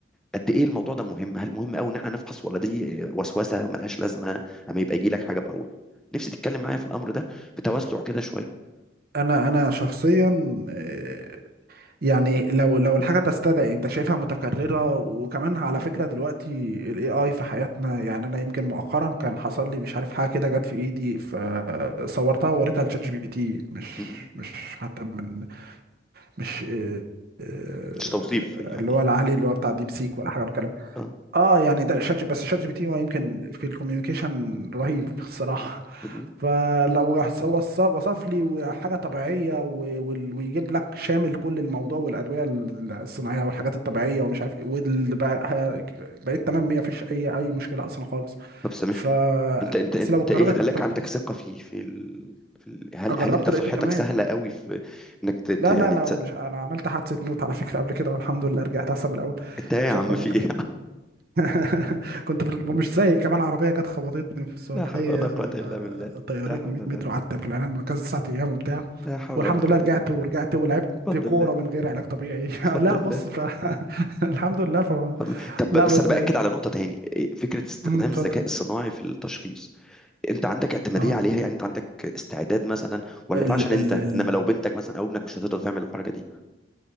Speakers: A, in the centre; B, on the right.
A: قد ايه الموضوع ده مهم هل مهم قوي ان احنا نفحص ولا دي وسوسه ملهاش لازمه اما يبقى يجي لك حاجه بروح نفسي تتكلم معايا في الامر ده بتوسع كده شويه
B: انا انا شخصيا آه، يعني لو لو الحاجه تستدعي انت شايفها متكرره وكمان على فكره دلوقتي الاي اي في حياتنا يعني انا يمكن مؤخرا كان حصل لي مش عارف حاجه كده جت في ايدي فصورتها ووريتها لشات جي بي تي مش
A: م- م.
B: مش حتى من مش آه، آه،
A: مش توصيف يعني
B: اللي هو العالي اللي هو بتاع ديب سيك ولا حاجه بكلم
A: اه
B: اه يعني ده شات جي- بس شات جي بي تي هو يمكن في الكوميونيكيشن رهيب الصراحه
A: م- م.
B: فلو راح وصف وصف لي حاجه طبيعيه و- وال- ويجيب لك شامل كل الموضوع والادويه الصناعيه والحاجات الطبيعيه ومش عارف ايه وال- بقى- بقيت تمام ما فيش اي اي مشكله اصلا خالص
A: طب سامحني
B: ف
A: انت انت انت
B: بس لو قررت
A: ايه اللي خلاك
B: اتفضل
A: عندك ثقه في في, ال... في ال... هل هل
B: جربته
A: انت صحتك
B: لقيته تمام
A: سهله قوي في انك ت... ت-
B: لا
A: يعني
B: لا لا
A: تصدق
B: أنا مش انا عملت حادثه موت على فكره قبل كده والحمد لله رجعت احسن من الاول
A: انت إيه يا
B: مش
A: عم
B: عارف انا
A: في
B: قلت
A: ايه
B: لك ولا لأ. <laughs> كنت في ال- مش زي كمان عربيه جت خبطتني في السعوديه
A: لا حول ولا قوة إلا
B: آه،
A: بالله
B: طيرتني
A: لا حول
B: 100
A: ولا
B: متر وقعدت في العنايه المركزه 9 ايام وبتاع
A: لا حول
B: والحمد
A: ولا قوة
B: لله رجعت
A: إلا بالله
B: ورجعت ولعبت
A: بفضل
B: كوره
A: الله
B: من غير علاج طبيعي
A: بفضل
B: <laughs> لا
A: الله
B: بص ف... <laughs> الحمد لله ف...
A: بفضل طب
B: لا
A: بس
B: بس
A: أنا بأكد على نقطة تاني إيه، فكرة استخدام
B: مم، اتفضل
A: الذكاء الصناعي في التشخيص أنت عندك اعتمادية
B: اه
A: عليها يعني أنت عندك استعداد مثلا ولا
B: ال
A: ده عشان أنت
B: ال ال
A: إنما لو بنتك مثلا أو ابنك مش هتقدر تعمل الحركة دي